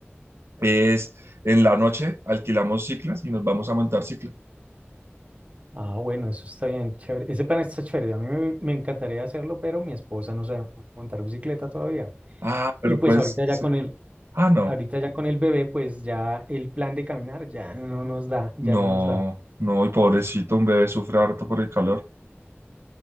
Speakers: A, on the right; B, on the right.
A: es en la noche alquilamos ciclas y nos vamos a montar cicla.
B: Ah, bueno, eso está bien, chévere. Ese plan está chévere. A mí me, me encantaría hacerlo, pero mi esposa no sabe montar bicicleta todavía.
A: Ah, pero
B: Y pues
A: pues,
B: ahorita ya
A: sí.
B: con el,
A: ah, no,
B: ahorita ya con el bebé, pues ya el plan de caminar ya no nos da, ya
A: no,
B: no nos da.
A: no, y pobrecito, un bebé sufre harto por el calor.